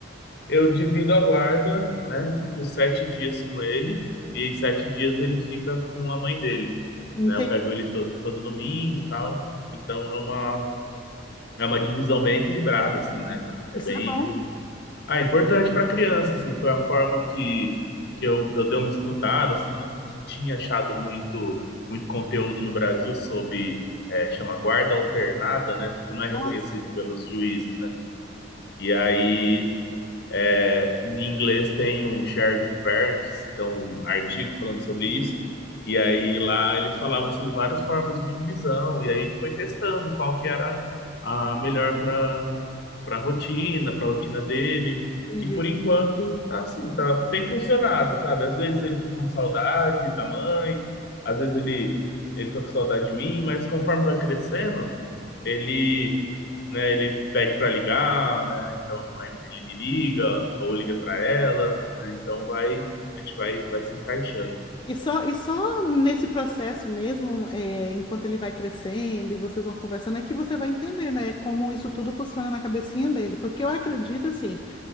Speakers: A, on the left; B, on the left.
A: Eu divido a guarda, né? Fico sete dias com ele, e em sete dias ele fica com a mãe dele.
B: Entendi.
A: Né? Eu pego ele todo, todo domingo e tal. Então é uma É uma divisão bem equilibrada, assim, né? É
B: Isso
A: bem.
B: é bom.
A: Ah, é importante para criança, assim. Foi a forma que, que eu, eu dei uma estudada, assim. Não, não tinha achado muito, muito conteúdo no Brasil sobre. É, chama guarda alternada, né? Que não é reconhecido
B: Nossa,
A: pelos juízes, né? E aí é, em inglês tem um shared parents, então um artigo falando sobre isso. E aí lá eles falavam sobre várias formas de divisão. E aí a gente foi testando qual que era a melhor para para rotina, para rotina dele.
B: entendi.
A: E por enquanto tá assim, tá, tem funcionado, sabe? Às vezes ele fica com saudade da mãe, às vezes ele ele fica com saudade de mim, mas conforme vai crescendo, ele né? Ele pede para ligar, né? Então aí ele me liga ou liga para ela, né? Então vai, a gente vai, vai se encaixando.
B: E só, e só nesse processo mesmo, é, enquanto ele vai crescendo e vocês vão conversando, é que você vai entender, né, como isso tudo funciona na cabecinha dele. Porque eu acredito, assim,